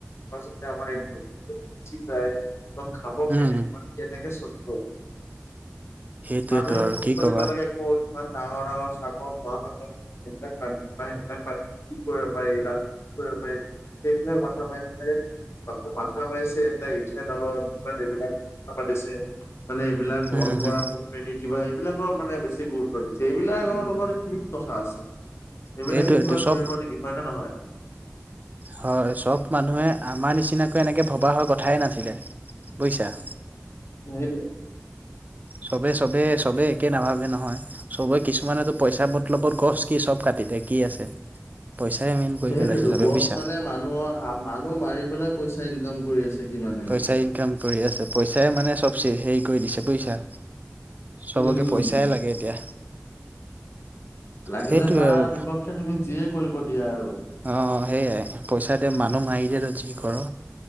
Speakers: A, on the left (about 60°); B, on the right (about 35°).
A: পাৰ্চাৰ <unintelligible> তাই খাব কেনেকৈ?
B: উম।
A: বা কেনেকৈ চলিব?
B: সেইটোয়েতো
A: মানুহে
B: আৰু
A: গুৰুত্ব
B: কি কবা
A: দিব লাগে ক'ত। ইমান ডাঙৰ ডাঙৰ চাবৰ মহা সাগৰ। সেইবিলাক পানী বা সেইবিলাক পানী কি কৰিব পাৰি তাত, কি কৰিব পাৰি সেইবিলাক মথা মাৰিব নাথাকিবি মাথা মাৰিছে এইবিলাক, ইথেনেলত বা মথা মাতিছে। মানে এইবিলাক বহন
B: উম,
A: কৰা
B: উম,
A: কোম্পানী কিবা এই এইবিলাকৰ মানে বেছি গুৰুত্ব দিছে এইবিলাকৰ লগত কিনো কথা আছে। এইবিলাকে
B: সেইটোয়েতো
A: কিবা
B: চব
A: কৰিব নেকি, হয় নে নহয়?
B: হয় চব মানুহে আমাৰ নিচিনাকৈ এনেকৈ ভবা হয় কথাই নাছিলে। বুইচা?
A: সাইতিয়েটো।
B: চবে চবেই চবে একে নাভাবে নহয়, চবে কিছুমানেতো পইচা বতলবত গছ কি চব কাটি দিয়ে। এতিয়া কি আছে? পইচাই মেইন কৰি
A: সেইটোতো,
B: পেলাইছে চবে
A: গছ
B: বুজিছা।
A: মানে মানুহৰ হা মানুহ মাৰি পেলাই পইচা ইনকাম কৰি আছে। কিমানে।
B: পইচা ইনকাম কৰি আছে, পইচাই মানে চব হেৰি কৰি দিছে বুজিচা। চবকে
A: উম।
B: পইচাই লাগেই এতিয়া।
A: লাগিলে
B: সেইটোয়ে
A: তাৰ
B: আৰু
A: বিপক্ষে তুমি যিয়ে কৰিব দিয়া আৰু।
B: অ', সেইয়াই পইচা দে মানুহ মাৰি দে তই যি ক'ৰ।